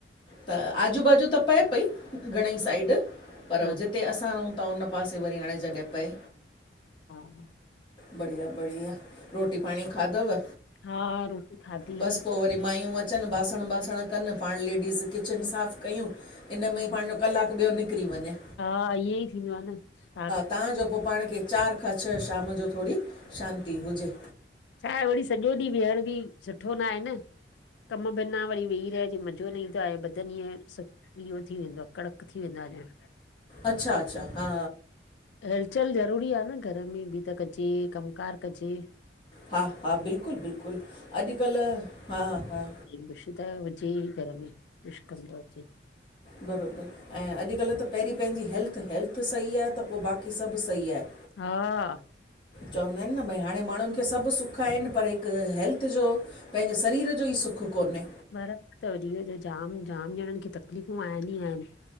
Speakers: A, on the left (about 30°); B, on the left (about 80°).
A: त आजू बाजू त पए पई घणंई साइड, पर
B: हा
A: हो जि ते असां रहूं ता, उन पासे वरी हाणें जॾहिं पए।
B: हा।
A: बढ़िया- बढ़िया, रोटी पांणि खाधव?
B: हा, रोटी खादी।
A: बसि पोइ वरी मायूं अचनि, बासंण- ॿासंण कनि, पांण लेडीस किचिन साफ़ कयूं इन में ई पाजो कलाकु ॿियो निकिरी वंञें
B: हा, ईहेंई थींदो आ न छा क
A: तहां जो पो पांण खे चारि खां छह शाम जो थोड़ी शांती हुजे।
B: छाहे वरी सॼो ॾींहुं वीहण बि सुठो नाहे न। कम बिना वरी वेही रहजे मज़ो न ईंदो आहे बदन ईींंय सु इह्यो थी वेंदो आ, कड़क थी वेंदो आ ॼणु।
A: अच्छा- अच्छा, हा।
B: हलचल ज़रूरी आ न, घर में बि त कजे कमु कारु कजे।
A: हा- हा, बिल्कुलु -बिल्कुलु, अॼुकल्ह हा-हा।
B: कुछु त हुजे ई घर में, कुछु कम त हुजे।
A: बराबरि, ऐं अॼुकल्ह त पहिरीं पंहिंजी हेल्थ, हेल्थ सही आहे त, पो बाक़ी सभु सही आहे।
B: हा।
A: चवंदा हिनि न, भई हाणे माण्हुनि खे सभु सुख आहिनि‌, पर हिकु हेल्थ जो पंहिंजे सरीर जो ई सुखु कोन्हे।
B: बराबिर तव, ॾीहों -ॾीहं जाम जाम ॼणनि खे तकलीफ़ूं आहिन ई आहिनि।